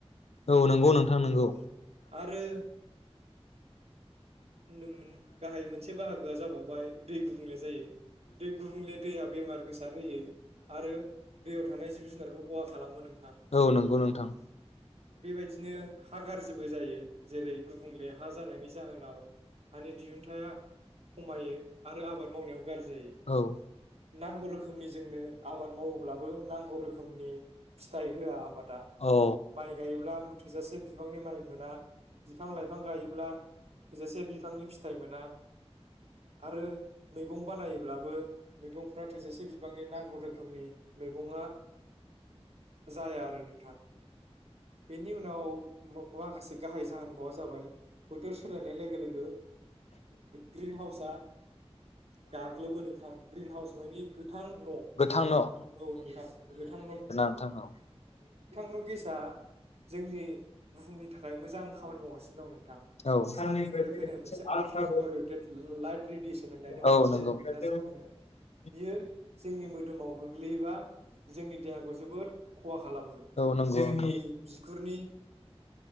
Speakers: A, on the left; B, on the right.
A: औ नंगौ नोंथां नंगौ
B: औ आरो होनदों मोन गाहाय मोनसे बाहागोआ जाबावबाय दै गुबुंले जायो दै गुबुंले दैया बेमार गोसार होयो आरो दैयाव थानाय जिब जुनारखौ खहा खालामो नोंथां
A: औ नंगौ नोंथां
B: बेबायदिनो हा गाज्रिबो जायो जेरै गुबुंले हा जानायनि जाहोनाव हानि दिहुनथाया खमायो आरो आबाद मावनायाव गाज्रि जायो
A: औ
B: नांगौ रोखोमनि जोंनो आबाद मावोब्लाबो नांगौ रोखोमनि फिथाइ होआ आबादा
A: औ।
B: माइ गायोब्ला थोजासे बिबांनि माइ मोना बिफां लाइफां गायोब्ला थोजासे बिफांनि फिथाइ मोना आरो मैगं बानायोब्लाबो मैगंफ्रा थोजासे बिबांनि नांगौ रोखोमनि मैगंआ जाया आरो नोंथां बेनि उनाव माखासे गाहाय जाहोन बावआ जाबाय बोथोर सो नाय लोगो लोगो ग्रिन हाउसआ गाग्लोबो नोंथां ग्रिन हाउस मानि गोथां न औ
A: गोथां न'
B: गोथां
A: नोंथां औ
B: न गेस आ जोंनि थाखाय मोजां खामानि मावगासिनो दं नोंथां।
A: औ औ नंगौ
B: साननिफ्राय फैनाय मोनसे आल्ट्रा भायलेटेड लाइट रेडियेसन होननाय दङ
A: औ
B: मोनसे
A: नंगौ
B: इंराजियाव बुङो बियो जोंनि मोदोमाव गोग्लैयोबा जोंनि देहाखौ जोबोद खहा खालामो
A: नोंथां
B: जोंनि बिगुरनि